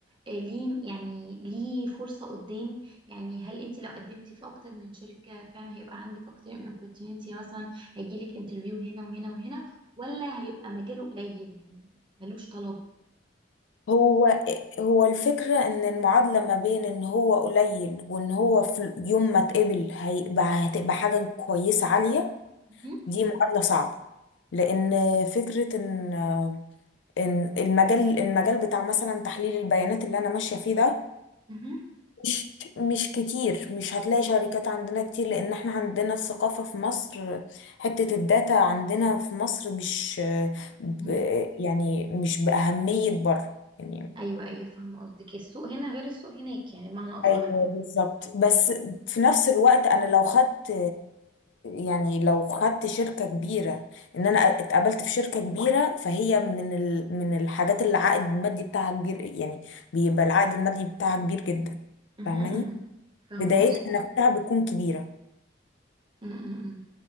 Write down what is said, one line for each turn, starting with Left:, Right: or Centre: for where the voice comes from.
Right: آه، ليه يعني ليه فرصة قدام يعني هل انت لو قدمتي في اكتر من شركة فعلا هيبقى عندك اكتر من opportunity مثلا هيجيلك انترفيو هنا وهنا وهنا ولا هيبقى مجاله قليل يعني ملوش طلب
Left: هو هو الفكرة ان المعادلة ما بين ان هو قليل وان هو في يوم ما اتقبل هيبقى هتبقى حاجة كويسة عالية
Right: مهم.
Left: دي معادلة صعبة لان فكرة ان ان المجال المجال بتاع مثلا تحليل البيانات اللي انا ماشية فيه ده
Right: مهم.
Left: مش مش كتير مش هتلاقي شركات عندنا كتير لان احنا عندنا الثقافة في مصر حتة الداتا عندنا في مصر مش ب
Right: مهم.
Left: يعني مش بأهمية بره يعني
Right: ايوه ايوه فاهمة قصدك السوق هنا غير السوق هناك يعني بمعنى اصح
Left: ايوه بالظبط بس في نفس الوقت انا لو خدت يعني لو خدت شركة كبيرة ان انا اتقابلت في شركة كبيرة فهي من ال من الحاجات اللي العائد المادي بتاعها كبير يعني بيبقى العائد المادي بتاعها كبير جدا
Right: مهم.
Left: فاهماني
Right: مهم. فاهمة
Left: بدايتها نفسها بتكون كبيرة
Right: قصدك